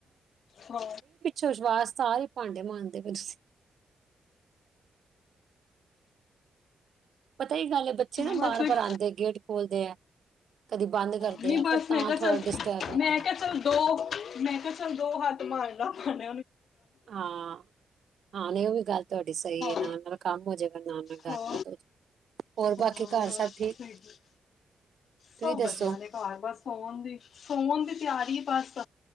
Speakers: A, on the left (about 70°); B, on the right (about 65°).
A: ਹਾਂ।
B: ਜੋਸ਼ਵਾਸ ਸਾਰੇ ਭਾਂਡੇ ਮਾਂਝਦੇ ਪਏ ਸੀਂ। ਪਤਾ ਕੀ ਗੱਲ ਹੈ ਬੱਚੇ ਨਾ
A: ਬਸ
B: ਬਾਰ-ਬਾਰ
A: ਇੱਕ
B: ਆਉਂਦੇ ਗੇਟ ਖੋਲਦੇ ਆ। ਕਦੀ ਬੰਦ ਕਰਦੇ
A: ਨਹੀਂ
B: ਆ
A: ਬਸ
B: ਫਿਰ ਤਾਂ
A: ਮੈਂ ਕਿਹਾ ਚੱਲ
B: ਥੋੜਾ ਡਿਸਟਰਬ ਹੁੰਦਾ
A: ਮੈਂ
B: ਹੈ।
A: ਕਿਹਾ ਚੱਲ ਦੋ ਮੈਂ ਕਿਹਾ ਚਲ ਦੋ ਹੱਥ ਮਾਰ ਮਾਰਲੋ।
B: ਹਾਂ-ਹਾਂ, ਉਹ ਵੀ ਗੱਲ ਤੁਹਾਡੀ ਸਹੀ
A: ਹਾਂ
B: ਹੈ ਨਾ ਕੰਮ ਹੋ ਜਾਏਗਾ ਨਾਲ-ਨਾਲ ਗਲ
A: ਹਾਂ
B: ਬਾਤ ਹੋ ਜਾਏਗੀ। ਹੋਰ
A: ਹਾਂ,
B: ਬਾਕੀ ਘਰ
A: ਬਸ
B: ਸਭ ਠੀਕ ਤੁਸੀਂ
A: ਸਬ
B: ਦੱਸੋ
A: ਵਧੀਆ ਨੇ। ਬਾਰ-ਬਾਰ ਸੋਣ ਦੀ ਸੋਣ ਦੀ ਤਿਆਰੀ ਏ ਬਸ